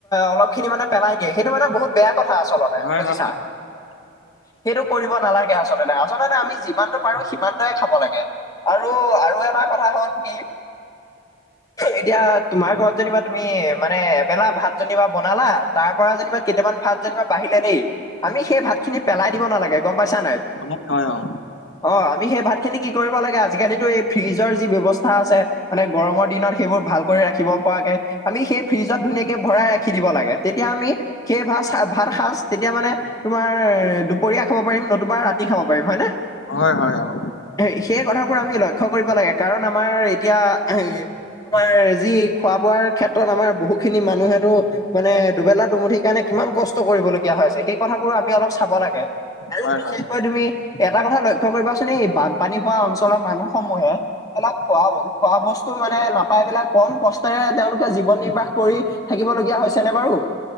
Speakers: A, on the left (about 20°); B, on the left (about 70°).
A: অলপ খিনি মানে পেলাই দিয়ে সেইটো মানে বহুত বেয়া কথা আচলতে
B: হয়
A: বুজিছা
B: হয়
A: সেইটো, কৰিব নালাগে আচলতে। আচলতে আমি যিমানতটো পাৰো, সিমানটোৱে খাব লাগে। আৰু আৰু এটা কথা হল কি এতিয়া তোমাৰ ঘৰত যেনিবা তুমি, মানে এবেলা ভাত জনী বা বনালা। তাৰ পৰা যেনিবা কেইটামান ভাত যেনিবা বাঢ়িলে দেই আমি সেই ভাত খিনি পেলাই দিব নালাগে গম পাইছা নাই।
B: আনিম হয় অ।
A: অ আমি সেই ভাত খিনি কি কৰিব লাগে আজি কালিতো এই ফ্ৰিজৰ যি ব্যৱস্থা আছে। মানে গৰমৰ দিনত সেইবোৰ ভাল কৰি ৰাখিব পৰাকে, আমি সেই ফ্ৰিজত ধুনীয়াকে, ভৰাই ৰাখি দিব লাগে। তেতিয়া আমি সেই ভাত ভাত সাজ তেতিয়া মানে তোমাৰ, দুপৰীয়া খাব পাৰিম নতুবা ৰাতি খাব পাৰিম হয় নে?
B: হয় হয় হয়,
A: হ সেই কথাবোৰ আমি লক্ষ্য কৰিব লাগে কাৰণ আমাৰ এতিয়া হ আমাৰ যি খোৱা বোৱাৰ ক্ষেত্ৰত আমাৰ বহুত খিনি মানুহে তো মানে দুবেলা, দুমুঠি কাৰণে, কিমান কষ্ট কৰিবলগীয়া হৈছে, সেই কথাবোৰ আমি অলপ চাব লাগে। আৰু
B: হয়
A: বিশেষকৈ
B: হয়
A: তুমি, এটা কথা লক্ষ্য কৰিবাচোন, এই বানপানী হোৱা অঞ্চলৰ মানুহ সমূহে অলপ খোৱা, খোৱা বস্তু মানে, নাপাই পেলাই, কম কষ্টেৰে তেওঁলোকে জীৱন নিৰ্বাহ কৰি থাকিবলগীয়া, হৈছেনে বাৰু।